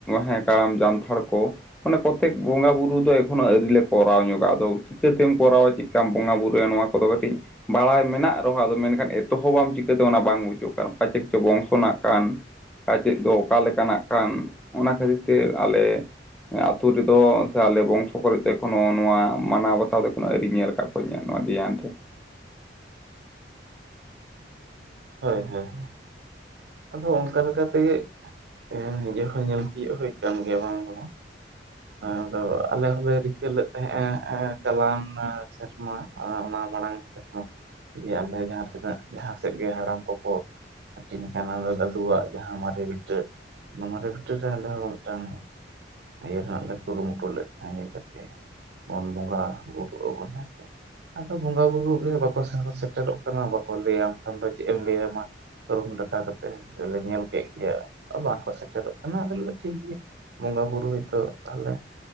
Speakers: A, in the centre; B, on the right.
A: ᱦᱮᱸ ᱠᱟᱨᱟᱢ ᱡᱟᱱᱛᱷᱟᱲ ᱠᱚ ᱚᱱᱮ ᱯᱨᱚᱛᱮᱠ ᱵᱚᱸᱜᱟ ᱵᱩᱨᱩ ᱫᱚ ᱮᱠᱷᱚᱱᱳ ᱟᱹᱣᱨᱤ ᱞᱮ ᱠᱚᱨᱟᱣ ᱧᱚᱜᱟᱜᱼᱟ᱾ ᱟᱫᱚ ᱪᱤᱠᱟᱹᱛᱮᱢ ᱠᱚᱨᱟᱣᱟ ᱪᱮᱫ ᱠᱟᱢ ᱵᱚᱸᱜᱟ ᱵᱩᱩᱨᱩᱭᱟ? ᱱᱚᱣᱟ ᱠᱚᱫᱚ ᱠᱟᱹᱴᱤᱡ ᱵᱟᱲᱟᱭ ᱢᱮᱱᱟᱜ ᱨᱮᱦᱚᱸ ᱟᱫᱚ ᱢᱮᱱᱠᱷᱟᱱ ᱛᱚᱦᱚ ᱵᱟᱢ ᱪᱤᱠᱟᱹᱛᱮ ᱚᱱᱟ ᱵᱟᱝ ᱵᱩᱡᱩᱜ ᱠᱟᱱ ᱯᱟᱪᱮᱫ ᱪᱚ ᱵᱚᱝᱥᱚ ᱨᱮᱱᱟᱜ ᱠᱟᱱ ᱯᱟᱪᱮᱫ ᱫᱚ ᱚᱠᱟ ᱞᱮᱠᱟᱱᱟᱜ ᱠᱟᱱ ᱚᱱᱟ ᱠᱷᱟᱹᱛᱤᱨ ᱛᱮ ᱟᱞᱮ ᱟᱛᱳ ᱨᱮᱫᱚ ᱥᱮ ᱟᱞᱮ ᱵᱚᱝᱥᱚ ᱠᱚᱨᱮ ᱫᱚ ᱮᱠᱷᱚᱱᱳ ᱱᱚᱣᱟ ᱢᱟᱱᱟᱣ ᱵᱟᱛᱟᱣ ᱫᱚ ᱮᱠᱷᱚᱱᱳ ᱟᱣᱨᱤᱧ ᱧᱮᱞ ᱟᱠᱟᱫ ᱠᱚᱣᱟ ᱚᱠᱚᱧᱟᱜ ᱱᱚᱣᱟ ᱫᱷᱮᱭᱟᱱ ᱛᱮ
B: ᱦᱳᱭ ᱦᱳᱭ, ᱟᱫᱚ ᱚᱱᱠᱟ ᱞᱮᱠᱟ ᱛᱮᱜᱮ ᱦᱮᱸ ᱱᱤᱡᱮ ᱦᱚᱸ ᱧᱮᱞ ᱛᱤᱭᱳᱜ ᱦᱩᱭ ᱟᱠᱟᱱ ᱜᱮᱭᱟ ᱵᱟᱝ ᱫᱚ ᱵᱟᱝ᱾ ᱟᱫᱚ ᱟᱞᱮ ᱦᱚᱸᱞᱮ ᱨᱤᱠᱟᱹ ᱞᱮᱫ ᱛᱟᱦᱮᱸᱜ-ᱟ ᱮᱸ ᱪᱟᱞᱟᱣᱟᱱ ᱥᱮᱨᱢᱟ ᱟᱨ ᱚᱱᱟ ᱢᱟᱲᱟᱝ ᱥᱮᱫ ᱦᱚᱸ ᱡᱮ ᱟᱞᱮ ᱡᱟᱦᱟᱸ ᱛᱤᱱᱟᱹᱜ ᱡᱟᱦᱟᱸ ᱥᱮᱫ ᱜᱮ ᱦᱟᱲᱟᱢ ᱠᱚᱠᱚ ᱦᱟᱹᱴᱤᱧ ᱠᱟᱱᱟ ᱫᱚ ᱫᱟᱫᱩᱣᱟᱜ ᱡᱟᱦᱟᱸ ᱢᱟᱨᱮ ᱵᱷᱤᱴᱟ ᱱᱚᱣᱟᱨᱮ ᱵᱷᱤᱴᱟᱹ ᱨᱮ ᱟᱞᱮ ᱦᱚᱸ ᱢᱤᱫᱴᱟᱝ ᱤᱭᱟᱹ ᱨᱮᱱᱟᱜ ᱞᱮ ᱠᱩᱨᱩᱢᱩᱴᱩ ᱞᱮᱫ ᱛᱟᱦᱮᱸ ᱦᱮᱡ ᱠᱟᱛᱮ᱾ ᱵᱟᱵᱚᱱ ᱵᱚᱸᱜᱟ ᱵᱩᱨᱩᱜ ᱟᱵᱚᱱ ᱦᱮᱸᱥᱮ᱾ ᱟᱫᱚ ᱵᱚᱸᱜᱟ ᱵᱩᱨᱩ ᱜᱮ ᱵᱟ ᱠᱚ ᱥᱚᱦᱚᱨ ᱥᱮᱴᱮᱨᱚᱜ ᱠᱟᱱᱟ ᱵᱟ ᱠᱚ ᱞᱟᱹᱭ ᱟᱢ ᱠᱷᱟᱱ ᱫᱚ ᱪᱮᱫ ᱮᱢ ᱞᱟᱹᱭ-ᱟ ᱢᱟ᱾ ᱨᱩᱢ ᱰᱟᱠᱟᱣ ᱠᱟᱛᱮ ᱞᱮ ᱧᱮᱞ ᱠᱮᱫ ᱜᱮᱭ-ᱟ, ᱵᱟᱝ ᱠᱚ ᱥᱮᱴᱮᱨᱚᱜ ᱠᱟᱱᱟ ᱟᱫᱚ ᱞᱮ ᱞᱮᱭᱫᱟ ᱴᱷᱤᱠ ᱜᱮᱭᱟ᱾ ᱵᱚᱸᱜᱟ ᱵᱩᱨᱩ ᱦᱚᱭ ᱛᱚ ᱛᱟᱞᱮ